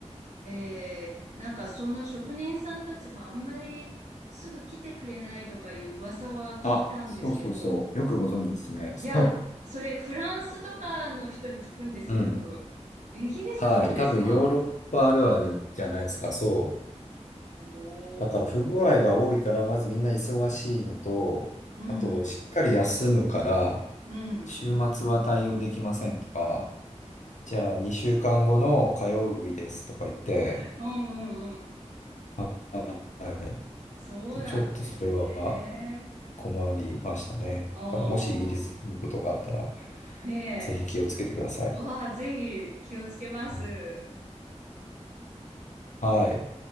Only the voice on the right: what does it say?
えー、なんかその職人さんたちもあんまりすぐ来てくれないとかいう噂は聞いたんですけど、
いや、それフランスとかの人に聞くんですよ、
よく。イギリスそうですか
おー。
うん
うん。
うん。
うんうんうん。
そうなんですね。
ああ、
ねえ。
ああ、ぜひ気をつけます。